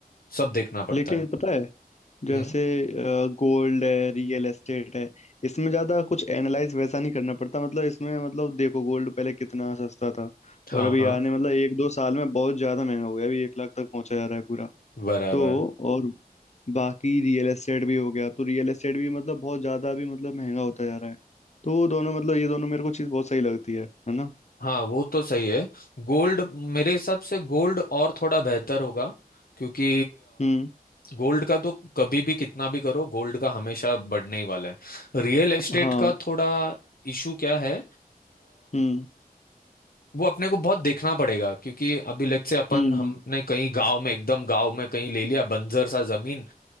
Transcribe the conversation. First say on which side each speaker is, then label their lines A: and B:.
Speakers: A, on the left; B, on the left.
A: सब देखना पड़ता
B: लेकिन
A: है
B: पता है जैसे
A: हम्म
B: गोल्ड है रियल एस्टेट है इसमें ज्यादा कुछ एनालाइज वैसा नहीं करना पड़ता मतलब इसमें मतलब देखो गोल्ड पहले कितना सस्ता था
A: हाँ
B: और अभी
A: हाँ
B: आने मतलब एक दो साल में बहुत ज्यादा महंगा हो गया अभी एक लाख तक पहुंचा जा रहा है पूरा
A: बराबर
B: तो और बाकी रियल एस्टेट भी हो गया तो रियल एस्टेट भी मतलब बहुत ज्यादा भी मतलब महंगा होता जा रहा है तो वो दोनों मतलब ये दोनों मेरे को चीज बहुत सही लगती है है ना
A: हाँ वो तो सही है गोल्ड मेरे हिसाब से गोल्ड और थोड़ा बेहतर होगा क्योंकि
B: हम्म
A: गोल्ड का तो कभी भी कितना भी करो गोल्ड का हमेशा बढ़ने ही वाला है रियल एस्टेट
B: हाँ
A: का थोड़ा इशू क्या है
B: हम्म
A: वो अपने को बहुत देखना पड़ेगा क्योंकि अभी लेट से अपन
B: हम्म
A: हमने कहीं गांव में एकदम गांव में कहीं ले लिया बंजर सा जमीन